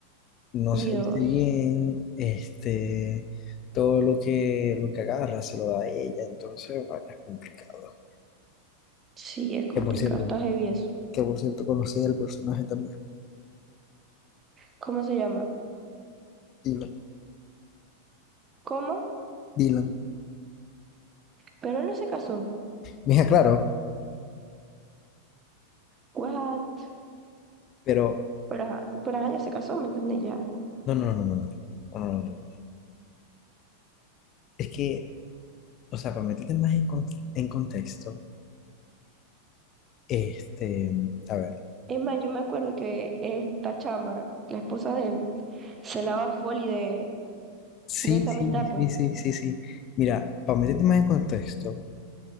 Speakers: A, on the left (about 35°); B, on the right (about 20°).
A: no
B: Dios,
A: se viste bien, este, todo lo que, lo que agarra se lo da a ella, entonces, bueno, es complicado.
B: sí, es complicado,
A: Que por cierto,
B: está heavy eso.
A: que por cierto conocí el personaje también,
B: ¿Cómo se llama?
A: Dylan.
B: ¿Cómo?
A: Dylan.
B: Pero él no se casó.
A: Mija, claro,
B: What?
A: pero
B: Pero, ajá- pero ella se casó, ¿me entiendes? ya?
A: no, no, no, no, no, no, no, no, no. no, Es que, o sea, para meterte más en, con- en contexto, este, a ver,
B: Es más, yo me acuerdo que esta chama, la esposa de él, se lava foli de,
A: sí,
B: de esa
A: sí,
B: amistad, pues.
A: sí, sí, sí, sí. Mira, para meterte más en contexto,